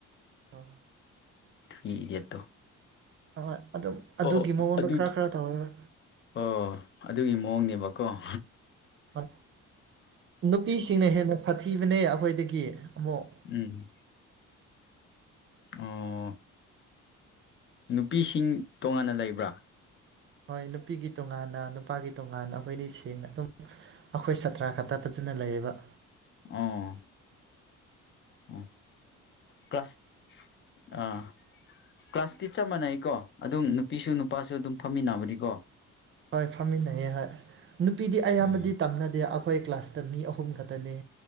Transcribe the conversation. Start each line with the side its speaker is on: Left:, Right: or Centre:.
Right: ꯑ
Left: ꯊ꯭ꯔꯤ ꯏꯗꯤꯌꯠꯇꯣ
Right: ꯍꯣꯏ ꯑꯗꯨꯝ ꯑꯗꯨꯒꯤ
Left: ꯑꯣ
Right: ꯃꯑꯣꯡꯗ
Left: ꯑꯗꯨꯒꯤ
Right: ꯈꯔ ꯈꯔ ꯇꯧꯋꯦꯕ
Left: ꯑꯣ ꯑꯗꯨꯒꯤ ꯃꯑꯣꯡꯅꯦꯕ ꯕꯀꯣ
Right: ꯍ ꯅꯨꯄꯤꯁꯤꯡꯅ ꯍꯦꯟꯅ ꯁꯥꯊꯤꯕꯅꯦ ꯑꯩꯈꯣꯏꯗꯒꯤ ꯑꯃꯨꯛ
Left: ꯎꯝ ꯑꯣ ꯅꯨꯄꯤꯁꯤꯡ ꯇꯣꯉꯥꯟꯅ ꯂꯩꯕ꯭ꯔꯥ
Right: ꯍꯣꯏ ꯅꯨꯄꯤꯒꯤ ꯇꯣꯉꯥꯟꯅ ꯅꯨꯄꯥꯒꯤ ꯇꯣꯉꯥꯟꯅ ꯑꯩꯈꯣꯏꯗꯤ ꯁꯦꯡꯅ ꯑꯗꯨꯝ ꯑꯩꯈꯣꯏ ꯁꯥꯇ꯭ꯔ ꯈꯛꯇ ꯐꯖꯅ ꯂꯩꯔꯤꯕ
Left: ꯑꯣ ꯎ ꯀ꯭ꯂꯥꯁ ꯑꯥ ꯀ꯭ꯂꯥꯁ ꯇꯤ ꯆꯞ ꯃꯥꯟꯅꯩꯀꯣ ꯑꯗꯨꯝ ꯅꯨꯄꯤꯁꯨ ꯅꯨꯄꯥꯁꯨ ꯑꯗꯨꯝ ꯐꯝꯃꯤꯟꯅꯕꯅꯤꯀꯣ
Right: ꯍꯣꯏ ꯐꯝꯃꯤꯟꯅꯩ ꯍꯣꯏ ꯅꯨꯄꯤꯗꯤ ꯑꯌꯥꯝꯕꯗꯤ
Left: ꯎꯝ
Right: ꯇꯝꯅꯗꯦ ꯑꯩꯈꯣꯏ ꯀ꯭ꯂꯥꯁꯇ ꯃꯤ ꯑꯍꯨꯝ ꯈꯛꯇꯅꯤ